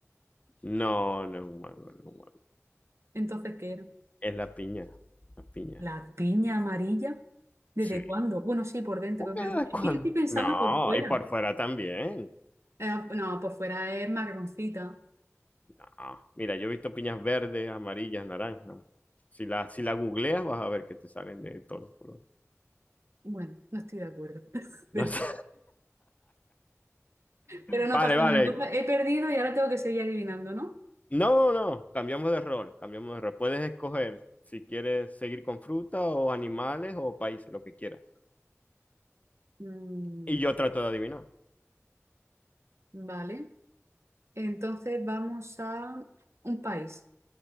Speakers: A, on the left (about 30°); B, on the right (about 60°).
A: No, no es un mango, no es un mango.
B: entonces, ¿qué era?
A: Es la piña, la piña.
B: ¿La piña amarilla? ¿Desde
A: Sí.
B: cuándo? Bueno, sí, por dentro,
A: ¿Por
B: es
A: qué
B: verdad.
A: de cuándo?
B: Es que yo estoy pensando
A: No,
B: por fuera.
A: y por fuera también.
B: Eh, no, por fuera es marroncita.
A: No. Mira, yo he visto piñas verdes, amarillas, naranjas. Si la, si la googleas vas a ver que te salen de todos los colores.
B: Bueno, no estoy de acuerdo. <laughs> Pero,
A: No sé.
B: pero no
A: Vale,
B: pasa
A: vale.
B: nada. Entonces he perdido y ahora tengo que seguir adivinando, ¿no?
A: No, no, cambiamos de rol, cambiamos de rol. Puedes escoger si quieres seguir con fruta o animales o países, lo que quieras.
B: Mm,
A: Y yo trato de adivinar.
B: vale. Entonces vamos a un país.